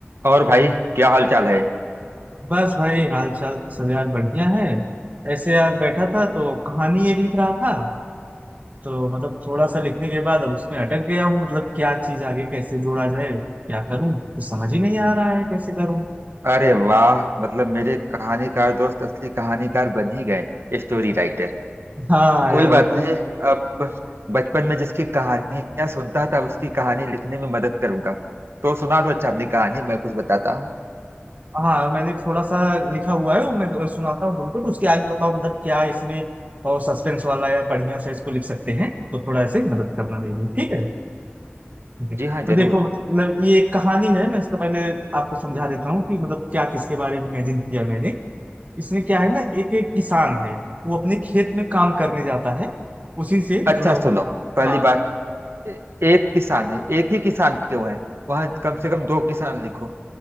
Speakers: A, on the right (about 75°); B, on the right (about 40°).
A: और भाई क्या हाल चाल है
B: बस भाई हाल चाल सब यार बढ़िया है ऐसे यार बैठा था तो कहानी एक लिख रहा था तो मतलब थोड़ा सा लिखने के बाद अब उसमें अटक गया हूँ मतलब क्या चीज आगे कैसे जोड़ा जाए क्या करूँ कुछ समझ ही नहीं आ रहा है कैसे करूँ
A: अरे वाह मतलब मेरे कहानीकार दोस्त असली कहानीकार बन ही गए स्टोरी राइटर
B: हाँ
A: कोई
B: यार
A: बात
B: बताओ
A: नहीं अब बचपन में जिसकी कहानियां सुनता था उसकी कहानी लिखने में मदद करूंगा तो सुना दो अच्छा अपनी कहानी मैं कुछ बताता हूँ
B: हाँ मैंने थोड़ा सा लिखा हुआ है वो मैं तो सुनाता हूँ तुमको तो उसके आगे बताओ मतलब क्या इसमें और सस्पेंस वाला या बढ़िया सा इसको लिख सकते हैं तो थोड़ा ऐसे मदद करना मेरी ठीक है ठीक है।
A: जी हाँ
B: तो
A: जरूर
B: देखो मतलब ये एक कहानी है मैं इसको पहले आपको समझा देता हूँ कि मतलब क्या किसके बारे में इमेजिन किया मैंने इसमें क्या है ना एक एक किसान है वो अपने खेत में काम करने जाता है उसी से
A: अच्छा
B: जुड़ा हुआ
A: सुनो
B: काम
A: पहली
B: हाँ
A: बात ए- एक किसान है एक ही किसान क्यों है वहां कम से कम दो किसान लिखो